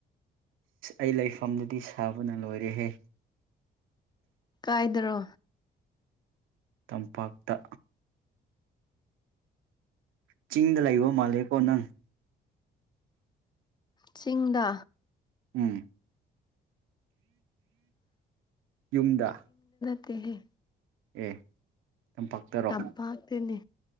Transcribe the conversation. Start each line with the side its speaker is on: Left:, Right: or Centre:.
Right: ꯑꯩ ꯂꯩꯐꯝꯗꯨꯗꯤ ꯁꯥꯕꯅ ꯂꯣꯏꯔꯦꯍꯦ
Left: ꯀꯥꯏꯗ꯭ꯔꯣ
Right: ꯇꯝꯄꯥꯛꯇ ꯆꯤꯡꯗ ꯂꯩꯕ ꯃꯥꯜꯂꯦꯀꯣ ꯅꯪ
Left: ꯆꯤꯡꯗ
Right: ꯎꯝ ꯌꯨꯝꯗ
Left: ꯠꯇꯍꯦ
Right: ꯑꯦ ꯇꯝꯄꯥꯛꯇꯔꯣ
Left: ꯇꯄ ꯍꯥꯥꯛꯇꯦꯅꯦ